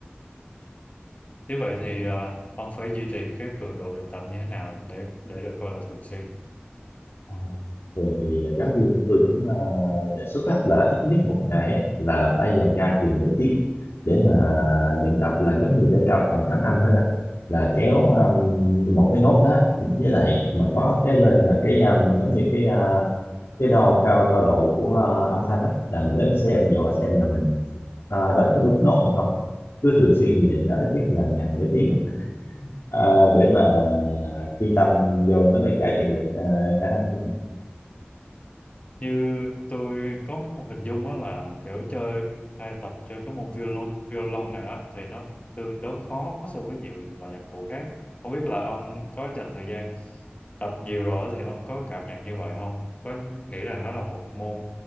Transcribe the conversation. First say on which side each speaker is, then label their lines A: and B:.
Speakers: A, on the left; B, on the left.
A: Nếu vậy thì ờ, ông phải duy trì cái cường độ luyện tập như thế nào để để được coi là thường xuyên.
B: Ờ, thường thì à, giáo viên của tôi cũng à, đề xuất á, là ít nhất một ngày á, là phải dành ra chừng nửa tiết để mà luyện tập là giống như để cao phần cảm âm hết bạn là kéo um, một cái nốt đó với lại mà có cái bên là cái um, giống như cái à, cái đo cao cao độ của ờ, âm thanh đó là mình đến xem dò xem là mình ờ, đánh có đúng nốt hay không cứ thường xuyên như vậy là ít nhất là ngày nửa tiếng á, ờ, để
A: Ừ.
B: mà chuyên tâm vô nó mới cải thiện được ờ, khả năng của mình
A: Như tôi có một hình dung á là kiểu chơi hay tập chơi cái môn violon, violon này á thì nó tương đối khó so với nhiều loại nhạc cụ khác. Không biết là ông có dành thời gian tập nhiều rồi thì ông có cảm nhận như vậy không? Có nghĩ rằng nó là một môn